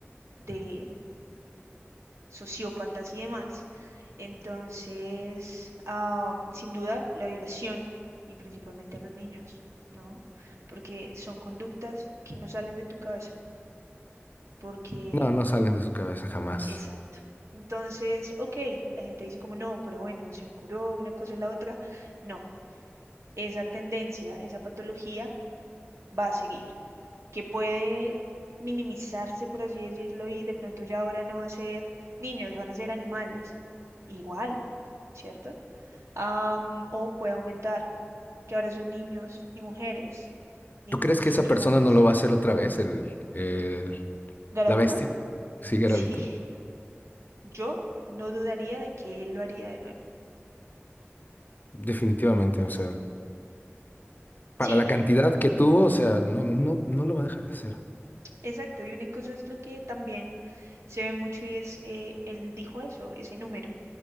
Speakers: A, on the right (about 85°); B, on the left (about 40°).
A: de sociópatas y demás. Entonces, ah, sin duda, la violación y principalmente a los niños, ¿no? Porque son conductas que no salen de tu cabeza, porque,
B: No, no salen de su cabeza jamás.
A: exacto. Entonces, ok, la gente dice como no, pero bueno, se curó una cosa y la otra. No, esa tendencia, esa patología va a seguir, que puede minimizarse, por así decirlo, y de pronto ya ahora no va a ser niños, van a ser animales. Igual. ¿cierto? am, o puede aumentar, que ahora son niños y mujeres, niños
B: ¿Tú crees que esa
A: y
B: persona
A: hombres.
B: no lo va a hacer otra vez, el, el-
A: ¿Garavito?
B: la bestia? Sí, Garavito.
A: <laughs> Sí, yo no dudaría de que él lo haría de nuevo.
B: Definitivamente, o sea, para
A: Sí,
B: la
A: no.
B: cantidad que tuvo, o sea, no, no, no lo va a dejar de hacer.
A: Exacto, y una cosa es lo que también se ve mucho y es, eh, él dijo eso, ese número,